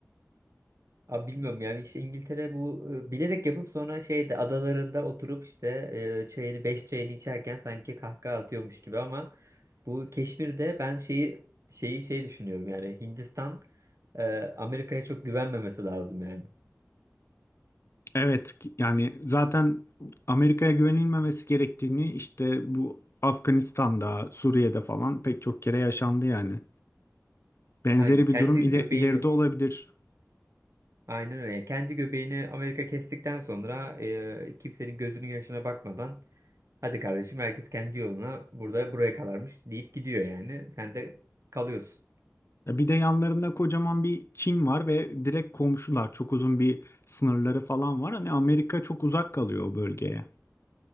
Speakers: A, on the right; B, on the left.
A: Abi bilmiyorum yani işte İngiltere bu e, bilerek yapıp sonra şeyde adalarında oturup işte e, çayını beş çayını içerken sanki kahkaha atıyormuş gibi ama bu Keşmir'de ben şeyi şeyi şey düşünüyorum yani Hindistan e, Amerika'ya çok güvenmemesi lazım yani.
B: Evet yani zaten Amerika'ya güvenilmemesi gerektiğini işte bu Afganistan'da, Suriye'de falan pek çok kere yaşandı yani. Benzeri
A: Aynen kendi
B: bir durum ile-
A: göbeğini
B: ileride olabilir.
A: aynen öyle Yani kendi göbeğini Amerika kestikten sonra e, kimsenin gözünün yaşına bakmadan hadi kardeşim herkes kendi yoluna burada buraya kalarmış deyip gidiyor yani sen de kalıyorsun.
B: Ya Bir de yanlarında kocaman bir Çin var ve direkt komşular. Çok uzun bir sınırları falan var. Hani Amerika çok uzak kalıyor o bölgeye.